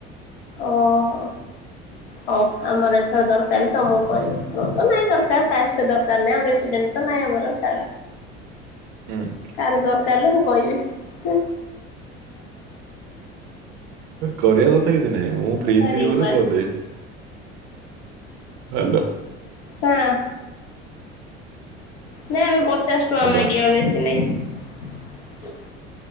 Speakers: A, on the left (about 65°); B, on the right (about 55°).
A: ଓହୋ ହଉ ଆମର ଏଥର ଦରକାର ତମକୁ କହିବୁ ମୋର ତ ନାଇଁ ଦରକାର କାଷ୍ଟ ଦରକାର ନାହିଁ ଆଉ ରେସିଡେଣ୍ଟ ତ ନହିଁ ଆମର ଛାଡ।
B: ହୁଁ
A: କାହାର ଦରକାର କହିବି ହୁଁ।
B: କରିବା କ ଥା କିଛି ନାହିଁ। ମୁଁ
A: ହେଲା
B: ଫ୍ରିଟ ହେଇଗଲେ
A: ରିନୁଆଲ
B: କରିଦେବି। ହାଲୋ।
A: ହଁ। ନାଇଁ ଆମେ ପଚାଶ ଟଙ୍କା
B: ହ୍ୟାଲୋ
A: ମାଗିବା ବେଶୀ ନାଇଁ। <inaudible>